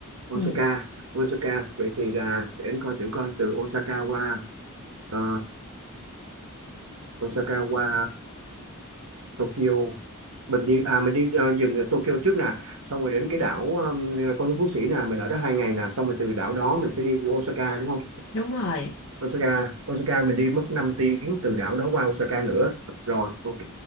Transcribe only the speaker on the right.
Osaka Osaka vậy thì là để anh coi thử coi từ Osaka qua ờ, Osaka qua Tokyo mình đi à mình đi ờ, dừng ở Tokyo trước nè xong rồi đến cái đảo um, Con nước Phú Sĩ nè mình ở đó hai ngày nè xong rồi từ đảo đó mình sẽ đi Osaka đúng không
Osaka Osaka mình đi mất 5 tiếng từ đảo đó qua Osaka nữa rồi ok